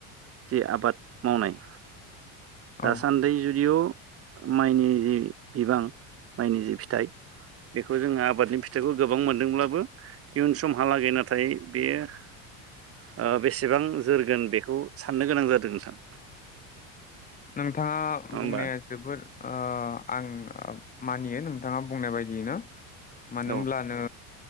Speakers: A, on the right; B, on the left.
A: जे आबाद मावनाय दासान्दि
B: औ
A: जुदिअ माइनि जि बिबां माइनि जि फिथाइ बेखौ जोङो आबादनि फिथाइखौ गोबां मोनदोंब्लाबो इयुन समहालागै नाथाय बेयो ओ बेसेबां जोरगोन बेखौ साननो गोनां जादों नोंथां।
B: नों थाङा
A: नङा होमबा
B: बुंनाया जोबोर अ आं मानियो नोंथाङा बुंनाय बाय दिनो मानो
A: औ
B: होमब्लानो